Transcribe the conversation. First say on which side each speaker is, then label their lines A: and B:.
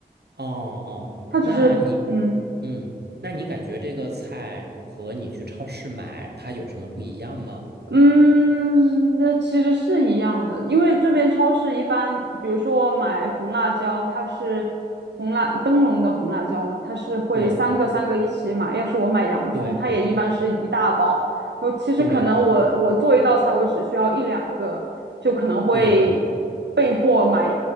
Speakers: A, on the right; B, on the right.
A: 哦哦，
B: 他只是嗯。
A: 那你，嗯，那你感觉这个菜和你去超市买它有什么不一样吗？
B: 嗯，那其实是一样的，因为这边超市一般，比如说我买红辣椒，它是红辣灯笼的红辣椒嘛，它是会三个三个一起买。
A: 对
B: 要是我买洋葱，
A: 对
B: 它也一般是一大包。然后其实可能我我做一道菜，
A: 对
B: 我只需要一两个，就可能会被迫买
A: 对，